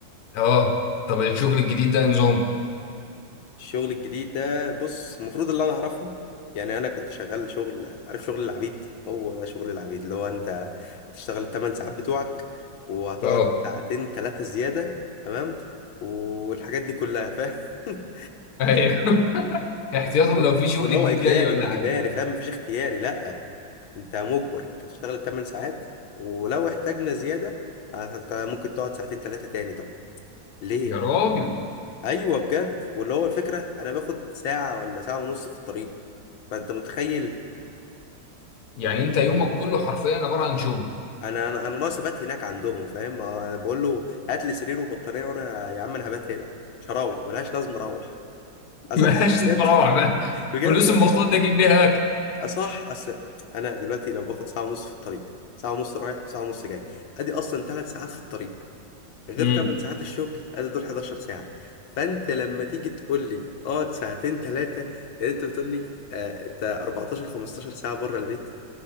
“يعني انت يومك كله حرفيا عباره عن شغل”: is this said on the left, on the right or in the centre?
Left